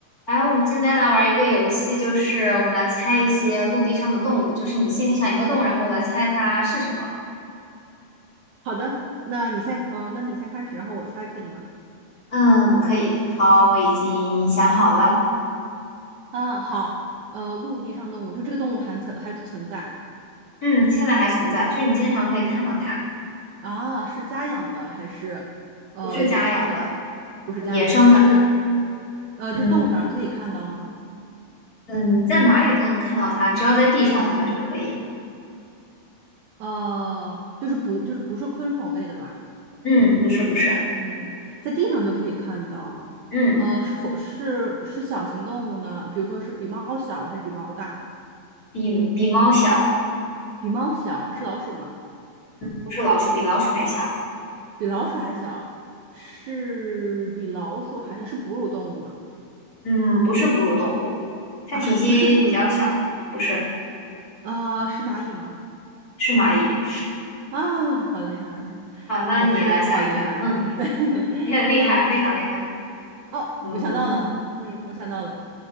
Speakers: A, on the left (about 25°); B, on the right (about 70°).
A: 来，我们今天来玩一个游戏，就是我们来猜一些陆地上的动物，就是你心里想一个动物，然后我来猜它是什么。
B: 好的，那你先，呃，那你先开始，然后我猜可以吗？
A: 嗯，可以。好，我已经想好了。
B: 啊，好，呃，陆地上动物，就这个动物还存还存在
A: 嗯，现在还存在，就是你经常可以看到它，
B: 啊？是家养的还是呃野生的？
A: 不是家养的，
B: 不是家养的，
A: 野生的。
B: 是就是呃，
A: 嗯
B: 就是动物园可以看到吗？
A: 嗯，在哪里都能看到它，只要在地上的话就可以。
B: 呃，就是不就是不是昆虫类的吧？
A: 嗯，不是不是，
B: 嗯，在地上就可以看到。
A: 嗯，
B: 呃，是火是是小型动物呢？比如说是比猫小还是比猫大？
A: 比比猫小，
B: 比猫小是老鼠吗？
A: 不是老鼠，比老鼠还小。
B: 比老鼠还小，是比老鼠还小，是哺乳动物吗？
A: 嗯，不是哺乳动物，它体积比较小，
B: 啊，不是哺乳，
A: 不是，
B: 啊，是蚂蚁吗？
A: 是蚂蚁。
B: 啊，好厉害，好厉害！
A: 好，那你来下一个。
B: 我是说我好厉害啊，
A: 嗯，
B: <laughs>
A: 你很厉害，
B: 嗯，
A: 非常厉害。
B: 哦，
A: 嗯，
B: 我想到了，嗯，我想到了，